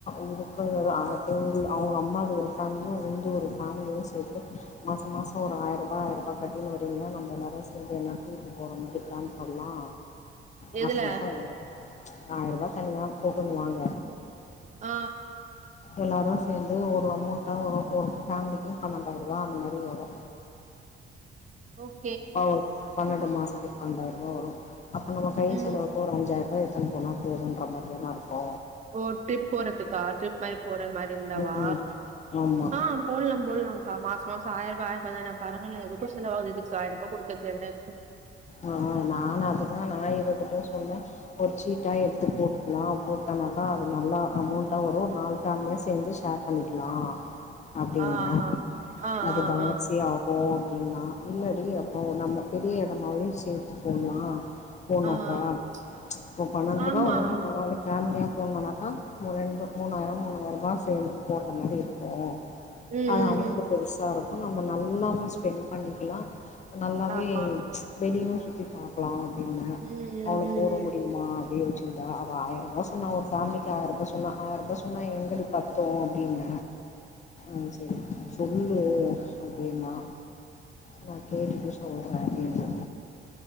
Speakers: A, on the left; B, on the right.
A: இருக்க அது இங்க அம்மாது ஒரு வாங்கியு ரெண்டுதுரு வாங்கியு சேத்துட்டு மாசோ மாசோ ஒரு ஆயரூவா ஆயிரரூவா கட்டின்னு வரீங்களா நம்மளால்ல சேந்து எல்லா டூருக்கு போற மாரி பிளான் பண்லா மாசோ
B: எதுல
A: மாசோ ஓ ஆயரூபா தனியா போட்டுன்னு வாங்க
B: ஆ
A: எல்லாரு சேந்து ஒரு அமௌண்டா ஒரு ஒரு ஃபேமிலிக்கின் பன்னெடாயிரரூவா அந்த மாரி வரு
B: ஓக்
A: ஓ க் பண்னெண்டு மாசத்துக்கு பண்னெண்டாயிரோ ரூபா வரு அப்போ நம்ம கை
B: ம்
A: செலவுக்கு ஒரு அஞ்சாயிரூவா எடுத்துட் போனா போதுன்ற மாரி தானே இருக்கு
B: ஓ ட்ரிப் போறதுக்கா டரிப் மாறி போற மாறி இருந்தாவா
A: ம் ம் ஆமா
B: ஆ போட்லா போட்லாங்கா மாசமாசோ ஆயிரோ ரூபா ஆயிரரூபா தான பரவால்ல எதுக்கோ செலவாகுது இதுக் ஆயிர ரூபா குடுக்கரதுக் என்ன ப்ப
A: ஆ ஆ நானு அதுக்குதா நா இதகிட்டயு சொன்னே ஒரு சீட்டா எடுத்து போ க்கலா போட்டோனாக்கா அது நல்லா அமௌண்டா வரு நாலு ஃபேமிலியா சேந்து ஷேர் பண்ணிகலா அப்டின்ன
B: ஆ ஆ
A: அதுக்கு
B: ஆ ஆ
A: அவசியோ
B: ஆ
A: போவோ அப்டினா இல்லடி அப்போ நம்ம பெரிய எடமாவு சேத்து போட்லா போனாக்கா
B: ஆ ஆ
A: ஒரு பன்னெண்டு ரூபாய்
B: ஆமா
A: வருதுன்னா நாளு ஃபேமிலியா போனோனாக்கா ரெண்டு மூணாயிரம் மூணாயிரூபா சேரு போடற மாரி
B: ம்
A: இருக்கு
B: ம் ம்
A: ஆனா அமௌண்ட்
B: ம்
A: பெருசு
B: ம்
A: சாருக்கு நம்ம நல்லாவே ஸ்பெண்ட் பண்ணிக்கலா நல்லாவே
B: ஆமா
A: வெளியோவு சுத்தி பாக்கலா அப்டின்னு
B: ம்
A: அவனுக்கு
B: ம்
A: போட
B: ம்
A: முடியுமா அப்டின் வச்சிக்கிட்ட அவ ஆயிரூபா சொன்னா ஒரு ஃபேமிலிக்கி ஆயரூபா சொன்னா ஆயரூபா சொன்னா எங்கடி பத்து அப்டின்ன ம் செரி சொல்லு அப்டினா நா கேட்டுட்டு சொல்றே நா அப்டின்ன